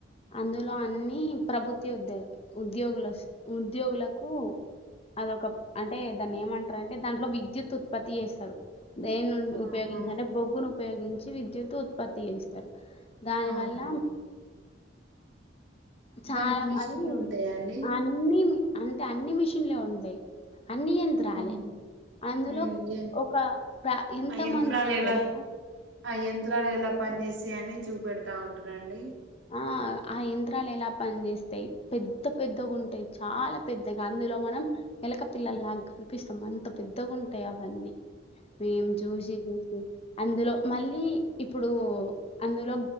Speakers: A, on the left; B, on the right.
A: అందులో అన్ని ప్రభుత్య ఉద్యో ఉద్యోగుల ఉద్యోగులకు అదొక అంటే దాన్ని ఏమంటారంటే దాంట్లో విద్యుత్ త్ ఉత్పత్తి చేస్తరు దేని నుపయోగించంటే
B: ఆహా
A: బొగ్గును ఉపయోగించి విద్యుత్ ఉత్పత్తి చేస్తారు దాని
B: ఆహా
A: వల్ల చాలా
B: దానికి మిషన్లు
A: అది
B: ఉంటాయా అండి
A: అన్నీ అంటే అన్ని మిషన్లే ఉంటయ్ అన్నీ యంత్రాలే
B: ఉమ్,
A: అందులో
B: ఉమ్, ఏ-
A: ఒక ప్ర ఎంత
B: ఆ యంత్రాలు
A: మందికి
B: ఎలా
A: తెలుసా
B: ఆ యంత్రాలు ఎలా పనిచెస్ యని అని చూపెడతా ఉంటారండి
A: ఆ ఆ యంత్రాలు ఎలా పని చేస్తయి పెద్ద పెద్దగా ఉంటయ్ చాలా పెద్దగా అందులో మనం ఎలక పిల్లలలాగా కనిపిస్తాం అంత పెద్దగాంటాయి అవన్నీ మేం చూసి చూసి అందులో మళ్ళీ ఇప్పుడూ అందులో